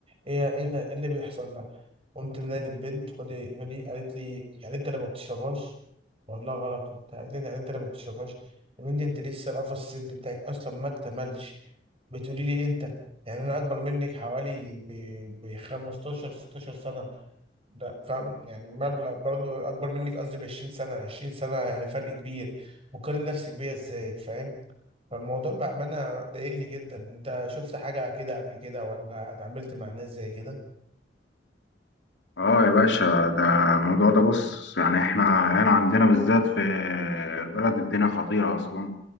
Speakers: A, on the right; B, on the left.
A: إيه إيه ده إيه اللي بيحصل ده قمت منادي البنت خدي خدي قالت لي يعني أنت اللي ما بتشربهاش بقول لها غلط وبتاع قالت لي يعني أنت اللي ما بتشربهاش يا بنتي أنت لسه القفص الصدري بتاعك أصلا ما اكتملش بتقولي لي إيه أنت يعني أنا أكبر منك حوالي ب ب 15 16 سنة لا فاهم يعني مبلغ برضو اكبر منك قصدي ب 20 سنه 20 سنه يعني فرق كبير مقارن نفسك بيا ازاي فاهم فالموضوع بامانه ضايقني جدا انت شفت حاجه كده قبل كده ولا اتعاملت مع ناس زي كده
B: اه يا باشا ده الموضوع ده بص يعني احنا هنا عندنا بالذات في البلد الدنيا خطيرة اصلا